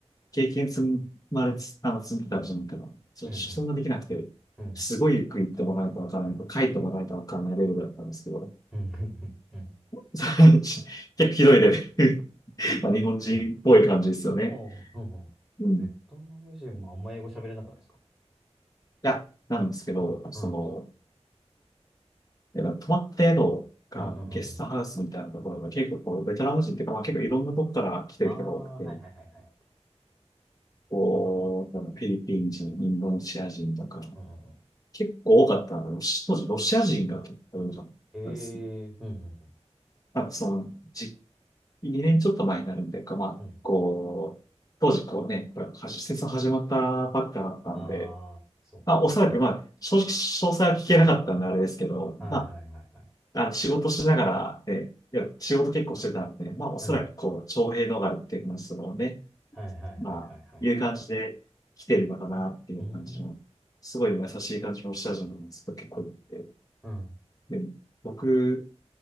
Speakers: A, on the left; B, in the centre.
A: 経験積まれつ、あの、積んでたわけじゃないから、ちょっとそんなできなくて、
B: うん、うん、
A: すごいゆっくり行ってもらわないとわからないと、書いてもらわないとわからないレベルだったんですけど、
B: うん、うん。
A: <laughs> 結構ひどいレベル。<laughs> まあ、日本人っぽい感じですよね。
B: え、でも、うんうんベトナム人もあんま英語喋れなくないですか
A: うん。いや、なんですけど、
B: うん、
A: その、
B: うん、
A: やっぱ泊まった宿がゲストハウスみたいなところが結構こう、
B: うん、うんうん。
A: ベトナム人っていうか、まあ、結構いろんなとこから来てる人が多くて、
B: ああ、はいはいはいはい。
A: こう、フィリピン人、インドネシア人とか、
B: うんうんうん。
A: 結構多かったのがロシ当時ロシア人が結構多かったですね
B: ええ、うん、うん、うん。
A: まあ、その、じ、2年ちょっと前になるんでか、こうまあ、
B: うん。
A: こう、当時こうね、これ、はし戦争始まったばっかだったんで、
B: ああ、そうか。
A: まあ、おそらく、
B: はいはい。
A: まあ、正直、詳細は聞けなかったんであれですけど、
B: はいはいはいはい。
A: まあ、あ仕事しながら、ね、いや、仕事結構してたんで、まあ、おそらく、
B: うん。
A: こう、徴兵逃れっていうのは、そのね、
B: はいはいはいはいはいはい。
A: まあ、いう感じで来てるのかなっていう感じの、
B: うーん。
A: すごい優しい感じの下地のずっと結構いて、
B: うん。
A: で、僕、